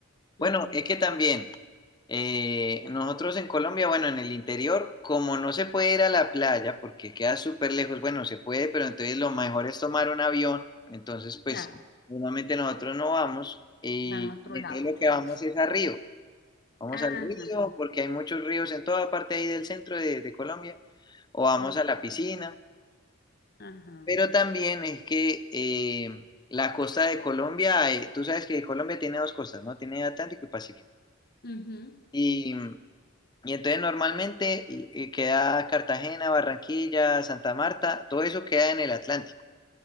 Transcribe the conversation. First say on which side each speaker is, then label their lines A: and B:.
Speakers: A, on the left; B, on the left.
A: Bueno,
B: Ujú,
A: es que también eh, nosotros en Colombia, bueno, en el interior, como no se puede ir a la playa porque queda súper lejos, bueno, se puede, pero entonces lo mejor es tomar un avión. Entonces, pues,
B: Claro,
A: normalmente nosotros no vamos y
B: van a otro
A: entonces
B: lado,
A: lo
B: claro.
A: que vamos es a Río. Vamos
B: Ajá,
A: al río porque hay muchos ríos en toda parte ahí del centro de, de Colombia o vamos
B: ujú,
A: a la piscina.
B: ajá,
A: Pero también es que eh, la costa de Colombia, eh, tú sabes que Colombia tiene dos costas, ¿no? Tiene Atlántico y Pacífico.
B: ujú,
A: Y, mm, y entonces normalmente eh, eh, queda Cartagena, Barranquilla, Santa Marta, todo eso queda en el Atlántico,